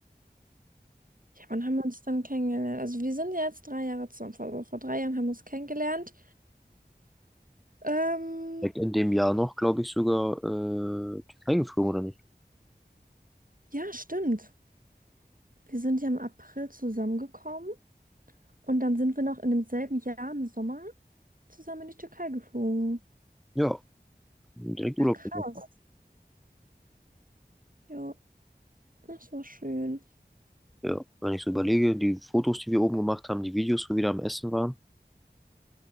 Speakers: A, on the right (about 55°); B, in the centre.
A: Ja, wann haben wir uns dann kennengelernt? Also wir sind ja jetzt drei Jahre zusammen. Vor, vor drei Jahren haben wir uns kennengelernt. Ähm,
B: Direkt in dem Jahr noch, glaube ich, sogar äh, Türkei geflogen, oder nicht?
A: ja, stimmt. Wir sind ja im April zusammengekommen und dann sind wir noch in demselben Jahr im Sommer zusammen in die Türkei geflogen.
B: Ja, direkt Urlaub
A: Ja, krass.
B: gemacht.
A: Ja, das war schön.
B: Ja, wenn ich so überlege, die Fotos, die wir oben gemacht haben, die Videos, wo wir da am Essen waren.